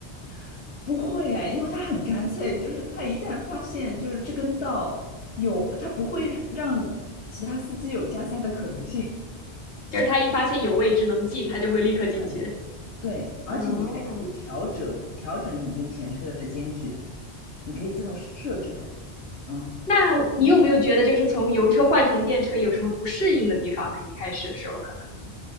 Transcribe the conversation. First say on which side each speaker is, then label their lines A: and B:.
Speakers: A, on the left; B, on the left.
A: <laughs> 不会哎，因为它很干脆，就是它一旦发现就是这根道有，它不会让其他司机有加塞的可能性。
B: 就是他一发现有位置能进，他就会立刻进去。
A: 对，对，
B: 哦，
A: 而且你还可以调整调整你跟前车的间距，你可以自动设置的。嗯。
B: 那你有没有觉得就是从油车换成电车有什么不适应的地方呢？一开始的时候可能。